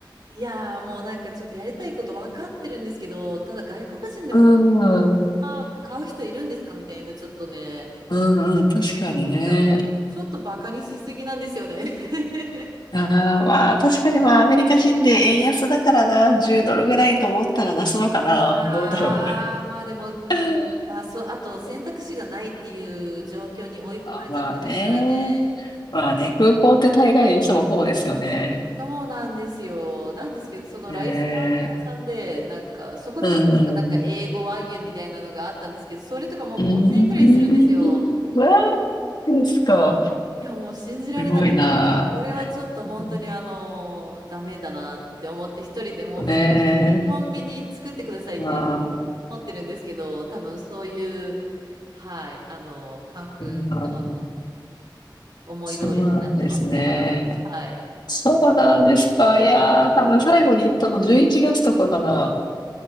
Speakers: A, on the right; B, on the left.
A: いやもうなんかちょっとやりたいこと分かってるんですけど、ただ外国人でも
B: うん。う
A: あ買う人いるんですかみたいな、ちょっとね、
B: んうん。確かにね。
A: 思ってたの。ちょっとバカにしすぎなんですよね。<laughs>
B: ああ、まあ、確かにまあ、アメリカ人で円安だからな、10ドルぐらいと思ったら出すのかな。
A: ああ、
B: どうだろ
A: まあでも、うん、
B: う。
A: まあそう、
B: <laughs>
A: あと選択肢がないっていう状況に追い込まれちゃってますからね。
B: まあね。まあね、空港って大概いつもそうですよね。
A: いや、確かにそうなんですよ。なんですけど、そのライスバーガー屋さんで、
B: ね
A: なんか、そこでも確かなんか英語和牛みたいなのがあったんですけど、
B: え。うんうん。
A: それとかもう5000円ぐらいするんですよ。
B: うーん。わーですか。
A: いや、もう信じられなくて、
B: すごいな。
A: これはちょっと本当にあの、
B: う
A: ダメだなって思って、一人でもう普通にコンビニ作ってくださいって
B: ん、ねえ。まあ、う
A: 思ってるんですけど、多分そういう、はい、あの、関空側の
B: ん
A: 思い通りになってますね、
B: そうなんですね。
A: 今。はい。
B: そうなんですか。いやー、
A: はい。
B: 多分最後に行ったの11月とかかな。